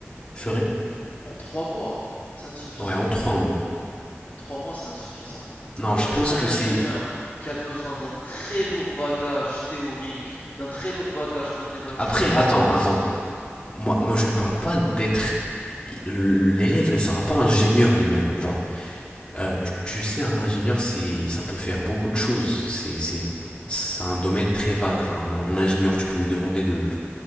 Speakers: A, on the left (about 20°); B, on the left (about 40°).
A: ferait
B: En trois mois, c'est insuffisant.
A: Ouais, en trois mois.
B: En trois mois, c'est insuffisant.
A: Non,
B: Pour
A: je
B: un,
A: pense
B: un
A: que
B: ingénieur
A: c'est
B: qui a besoin d'un très lourd bagage théorique, d'un très lourd bagage mathématique,
A: Après,
B: trois
A: attends,
B: mois n'est pas
A: attends.
B: suffisant.
A: Moi, moi, je ne parle pas d'être. L'élève ne sera pas ingénieur lui-même. Genre, euh, tu, tu sais, un ingénieur, c'est, ça peut faire beaucoup de choses. C'est, c'est, c'est un domaine très vague. Genre, un, un ingénieur, tu peux lui demander de